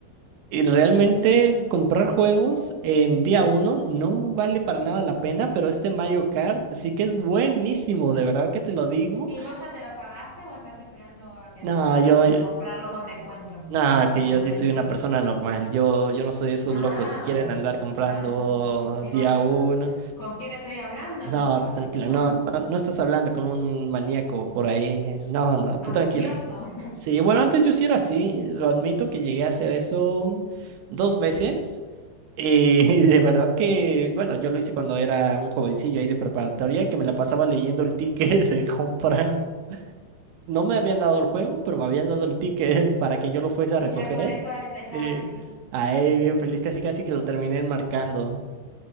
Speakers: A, on the right; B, on the left.
A: Y realmente comprar juegos en día uno no vale para nada la pena, pero este Mario Kart sí que es buenísimo, de verdad que te lo digo.
B: ¿Y vos ya te lo pagaste o estás esperando a que
A: No,
B: s- a
A: yo, yo-
B: comprarlo con descuento
A: no,
B: a último
A: es que yo
B: momento?
A: sí soy una persona normal. Yo, yo no soy de esos
B: Ah,
A: locos que quieren andar comprando
B: ya mm, digo,
A: día
B: eh,
A: uno.
B: ¿con quién estoy hablando?
A: No,
B: Pensaba,
A: tú tranquila,
B: digo, no,
A: no, no, no estás hablando con un maníaco por ahí. No, no, tú
B: ansioso.
A: tranquila.
B: <laughs>
A: Sí, bueno, antes yo sí era así, lo admito que llegué a hacer eso dos veces. Y <laughs> de verdad que, bueno, yo lo hice cuando era un jovencillo ahí de preparatoria, que me la pasaba leyendo el ticket <laughs> de compra. No me habían dado el juego, pero me habían dado el ticket <laughs> para que yo lo fuese a
B: Y
A: recoger.
B: ya con eso e- estaba
A: Eh,
B: feliz.
A: ahí, bien feliz, casi casi que lo terminé marcando.